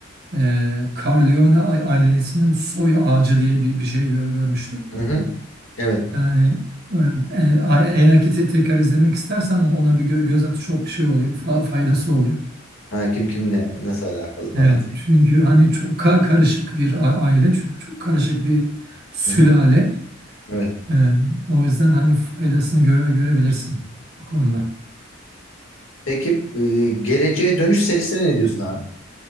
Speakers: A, on the right; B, on the left.
A: e, Corleone a- ailesinin soy ağacı diye bir, bir şey gö- görmüştüm.
B: Hı hı. Evet.
A: Yani e, e- eğer ki te- tekrar izlemek istersen o- ona bir gö- göz at çok şey oluyor, fa- faydası oluyor.
B: Ha, kim kimle nasıl alakalı falan
A: Evet
B: diye.
A: çünkü hani çok ka- karışık bir a- aile çünkü çok karışık bir sülale.
B: Hı hı. Evet.
A: E, o yüzden hani faydasını gö- görebilirsin o konuda.
B: Peki e, geleceğe dönüş serisine ne diyorsun abi?